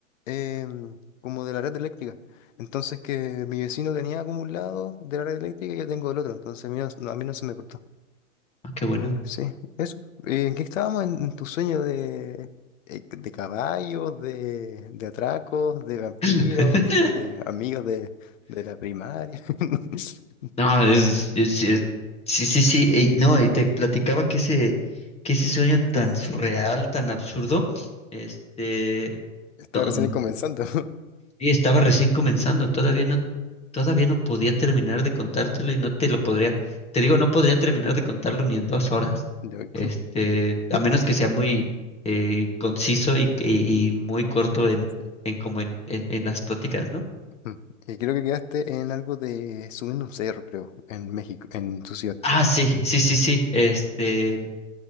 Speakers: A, on the left; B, on the left.
A: em, como de la red eléctrica. Entonces que mi vecino tenía como un lado de la red eléctrica y yo tengo el otro. Entonces a mí no, no, a mí no se me cortó.
B: Ah, qué bueno.
A: Eh, sí, eso. Eh, ¿En qué estábamos? ¿En, en tu sueño de, eh, de caballos, de, de atracos, de vampiros,
B: <laughs>
A: de amigos de, de la primaria? <laughs>
B: No, es, es- es- sí, sí, sí. ey, no, y te platicaba que ese, que ese sueño tan
A: Sí, sí,
B: surreal,
A: sí.
B: tan absurdo, este,
A: Está
B: no,
A: recién comenzando.
B: Y estaba recién comenzando, todavía no, todavía no podía terminar de contártelo y no te lo podría, te digo, no podría terminar de contarlo ni en dos horas.
A: <laughs> Yo-
B: Este, a menos
A: <laughs>
B: que sea muy eh, conciso y, y- y muy corto en,
A: Sí.
B: en como en, en, en las pláticas, ¿no?
A: Mm. Y creo que quedaste en algo de subiendo un cerro, creo, en México, en tu ciudad.
B: Ah, sí, sí, sí, sí. Este,